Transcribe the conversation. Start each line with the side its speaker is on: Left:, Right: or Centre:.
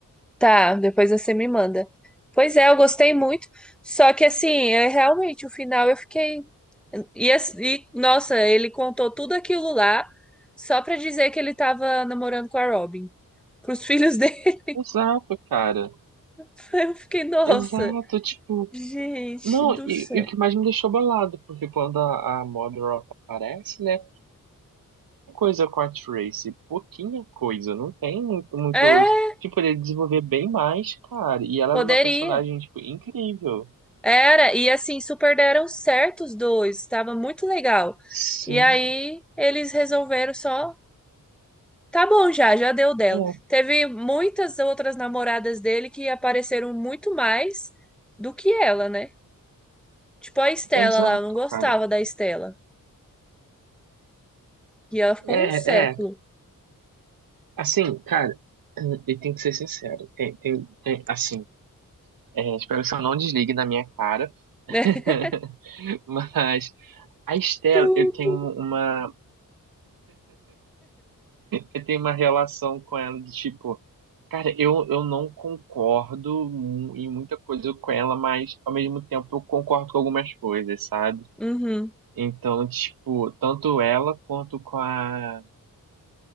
Centre: Tá, depois você me manda. Pois é, eu gostei muito. Só que assim, é realmente o final eu fiquei. E, as- e, nossa, ele contou tudo aquilo lá só pra dizer que ele tava namorando com a Robin. Pros filhos dele.
Right: Exato, cara.
Centre: <laughs> Eu fiquei, nossa,
Right: Exato, tipo,
Centre: gente
Right: não,
Centre: do
Right: e,
Centre: céu.
Right: e o que mais me deixou bolado, porque quando a, a Modern aparece, né, coisa com a Tracy, pouquinha coisa, não tem muito, muitos,
Centre: É,
Right: tipo, ele desenvolver bem mais, cara, e ela
Centre: poderia.
Right: era uma personagem, tipo, incrível.
Centre: Era. E assim, super deram certo os dois. Tava muito legal.
Right: Sim,
Centre: E aí, eles resolveram só. Tá bom já, já deu dela.
Right: é,
Centre: Teve muitas outras namoradas dele que apareceram muito mais do que ela, né? Tipo a Estela
Right: exato,
Centre: lá, eu não gostava
Right: cara.
Centre: da Estela. E ela ficou
Right: É,
Centre: um século,
Right: é, assim, cara, e tem que ser sincero, tem, tem, tem, assim, é, espero que você não desligue na minha cara, <laughs>
Centre: né? <laughs>
Right: mas a Estela,
Centre: Tu,
Right: eu tenho
Centre: tu.
Right: uma, Eu tenho uma relação com ela de tipo, cara, eu, eu não concordo mu- em muita coisa com ela, mas ao mesmo tempo eu concordo com algumas coisas, sabe?
Centre: Uhum.
Right: Então, tipo, tanto ela quanto com a.